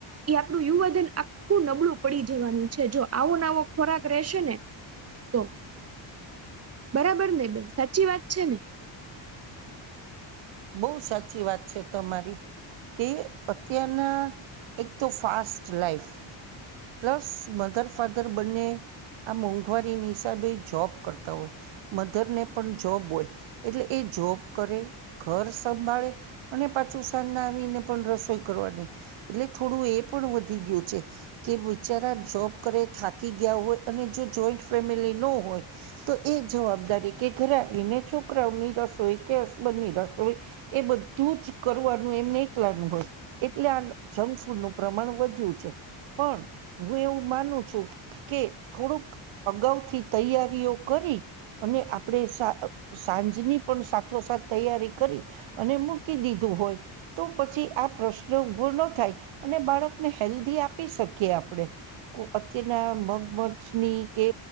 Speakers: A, on the right; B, on the right.
A: ઈ આપણું યુવાધન આખું નબળું પડી જવાનું છે. જો આવો ને આવો ખોરાક રહેશે ને તો બરાબરને બેન? સાચી વાત છે ને?
B: બહુ સાચી વાત છે તમારી. કે અત્યારના એક તો fast life plus mother father બંને આ મોંઘવારીની હિસાબે જોબ કરતા હોય. મધરને પન જોબ હોય એટલે એ જોબ કરે, ઘર સંભાળે અને પાછું સાંજના આવીને પણ રસોઈ કરવાની. એટલે થોડું એ પણ વધી ગયું છે. કે બિચારા જોબ કરે, થાકી ગયા હોય, અને જો જોઈન્ટ ફેમિલી ન હોય તો એ જવાબદારી કે ઘરે આવીને છોકરાઓની રસોઈ, કે હસબનની રસોઈ એ બધું જ જ કરવાનું એમ એકલાનું હોય, એટલે આ જંકફૂડ નું પ્રમાણ વધ્યું છે. પણ હું એવું માનું છું કે થોડુંક અગાઉથી તૈયારીઓ કરી અને આપણેે સા સાંજની પણ સાથોસાથ તૈયારી કરી અને મૂકી દીધું હોય તો પછી આ પ્રશ્ન ઉભો ન થાય અને બાળકને હેલ્ધી આપ આપી શકીએ આપણે. કો અત્યારના મગમઠની કે